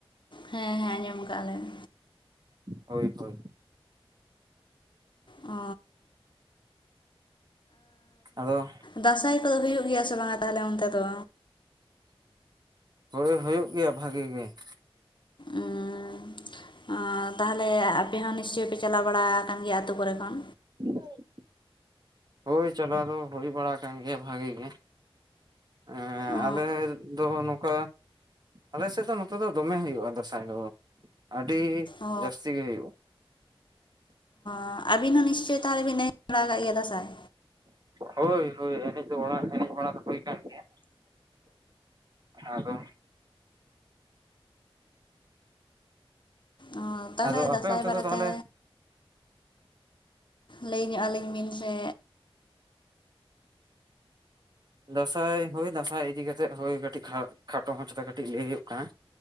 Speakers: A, on the left (about 55°); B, on the right (about 45°).
A: ᱦᱮᱸ ᱦᱮᱸ ᱾ ᱡᱚᱢ ᱠᱟᱜᱼᱟᱞᱮ ᱾
B: ᱦᱳᱭ ᱦᱳᱭ ᱾
A: ᱚ
B: ᱟᱫᱚ
A: ᱫᱟᱸᱥᱟᱸᱭ ᱠᱚᱫᱚ ᱦᱩᱭᱩᱜ ᱜᱮᱭᱟ ᱥᱮ ᱵᱟᱝᱟ ᱛᱟᱦᱞᱮ ᱚᱱᱛᱮ ᱫᱚ?
B: ᱦᱳᱭ ᱦᱳᱭᱳᱜ ᱜᱮᱭᱟ ᱵᱷᱟᱜᱤ ᱜᱮ ᱾
A: ᱩᱸ ᱚ ᱛᱟᱦᱚᱞᱮ ᱟᱯᱮ ᱦᱚᱸ ᱱᱤᱥᱪᱚᱭ ᱯᱮ ᱪᱟᱞᱟᱣ ᱵᱟᱲᱟᱠᱟᱱ ᱜᱮᱭᱟ ᱟᱛᱳ ᱠᱚᱨᱮ ᱠᱷᱚᱱ?
B: ᱦ <unintelligible> ᱦᱳᱭ ᱪᱟᱞᱟᱣ ᱫᱚ ᱦᱩᱭ ᱵᱟᱲᱟ ᱟᱠᱟᱱ ᱜᱮᱭᱟ ᱵᱷᱟᱜᱤ ᱜᱮ ᱮᱸᱜ
A: ᱚ
B: ᱟᱞᱮ ᱫᱚ ᱱᱚᱠᱟ ᱟᱞᱮ ᱥᱮᱫ ᱫᱚ ᱱᱚᱛᱮ ᱫᱚ ᱫᱚᱢᱮ ᱦᱩᱭᱩᱜᱼᱟ ᱫᱟᱸᱥᱟᱭ ᱫᱚ ᱟᱰᱤ
A: ᱚ
B: ᱡᱟᱥᱛᱤ ᱜᱮ ᱦᱩᱭᱩᱜᱼᱟ
A: ᱚ ᱟᱵᱤᱱ ᱦᱚᱸ ᱱᱤᱥᱪᱚᱭ ᱛᱟᱦᱞᱮ ᱵᱤᱱ ᱮᱱᱮᱡ ᱵᱟᱲᱟ ᱟᱠᱟᱫ ᱜᱮᱭᱟ ᱫᱟᱸᱟᱸᱟᱭ
B: ᱦᱳᱭ ᱦᱳᱭ ᱮᱱᱮᱡ ᱫᱚ ᱚᱲᱟ ᱮᱱᱮᱡ ᱵᱟᱲᱟ ᱫᱚ ᱦᱩᱭ ᱠᱟᱱ ᱜᱮᱭᱟ ᱟᱫᱚ
A: ᱚ ᱛᱟᱦᱚᱞᱮ
B: ᱟᱫᱚ ᱟᱯᱮ
A: ᱫᱟᱸᱥᱟᱭ
B: ᱚᱱᱛᱮ
A: ᱵᱟᱨᱮᱛᱮ
B: ᱫᱚ ᱛᱟᱦᱚᱞᱮ
A: ᱞᱟᱹᱭ ᱧᱚᱜ ᱟᱹᱞᱤᱧ ᱵᱤᱱ ᱥᱮ
B: ᱫᱟᱸᱥᱟᱭ ᱦᱳᱭ ᱫᱟᱸᱥᱟᱭ ᱤᱫᱤ ᱠᱟᱛᱮᱫ ᱦᱳᱭ ᱠᱟᱹᱴᱤᱡ ᱠᱷᱟ ᱠᱷᱟᱴᱚ ᱢᱟᱪᱟᱛᱮ ᱠᱟᱹᱴᱤᱡ ᱞᱟᱹᱭ ᱦᱩᱭᱩᱜ ᱠᱟᱱᱟ